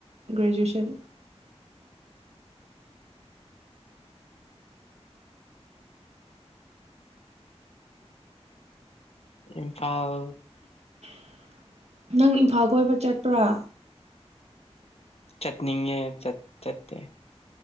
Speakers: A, on the right (about 70°); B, on the left (about 65°).
A: ꯒ꯭ꯔꯦꯖꯨꯌꯦꯠꯁꯟ
B: ꯏꯝꯐꯥꯜ
A: <inaudible> ꯅꯪ ꯏꯝꯐꯥꯜ ꯀꯣꯏꯕ ꯆꯠꯄ꯭ꯔꯥ
B: ꯆꯠꯅꯤꯡꯉꯦ ꯆꯠ ꯆꯠꯇꯦ